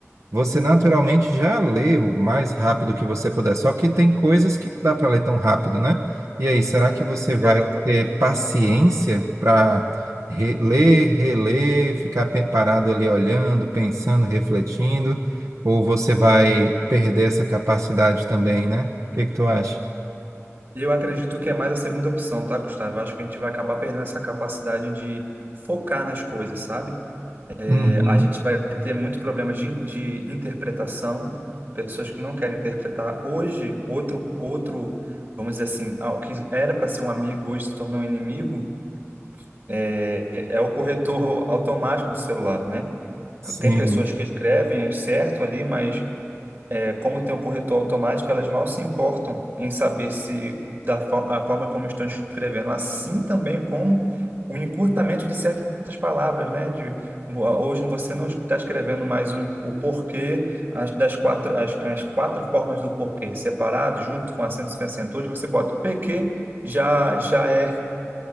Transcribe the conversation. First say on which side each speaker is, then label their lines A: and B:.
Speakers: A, on the right; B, on the right.
A: Você naturalmente já lê o mais rápido que você puder, só que tem coisas que não dá para ler tão rápido, né? E aí, será que você vai
B: Exatamente.
A: ter paciência para ler, reler, ficar pe- parado ali olhando, pensando, refletindo? Ou você vai perder essa capacidade também, né? O que que tu acha?
B: Eu acredito que é mais a segunda opção, tá, Gustavo? Eu Acho que a gente vai acabar perdendo essa capacidade de focar nas coisas, sabe? É,
A: Uhum,
B: a gente vai ter muito problemas de, de interpretação, pessoas que não querem interpretar. Hoje, outro, outro, vamos dizer assim, ah, o que era para ser um amigo hoje se tornou um inimigo, é, é o corretor automático do celular, né?
A: sim.
B: Tem pessoas que escrevem certo ali, mas é, como tem um corretor automático, elas mal se importam em saber se da fo- a forma como estão escrevendo, assim também como o encurtamento de certas palavras, né? De bo- hoje você não está escrevendo mais um, o porquê as, das quatro as, as quatro formas do porquê separado, junto com acento e sem acento. Hoje você bota o PQ já já é